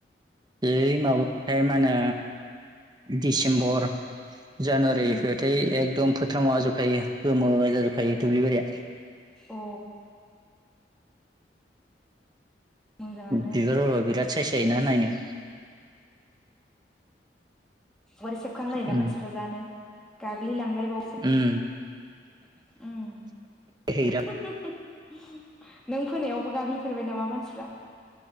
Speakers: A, on the right (about 25°); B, in the centre.
A: ए माबथायाय माने दिसेम्बर जानुवारिथएकदम
B: उम
A: फोथारावाजोबखायो गोमाव जाजोबखायो दुब्लि बारिया
B: अ मोजाङानो
A: बिबार बा बिराद सायस जायोना नायनो
B: मोरै सेबखांलायोना
A: उम
B: मानसिफ्रा जानो गाग्लिलांलायबावसो
A: उम
B: नों
A: हैग्रा
B: फोनायावबो गाग्लि सोरबाय नामा मानसिफ्रा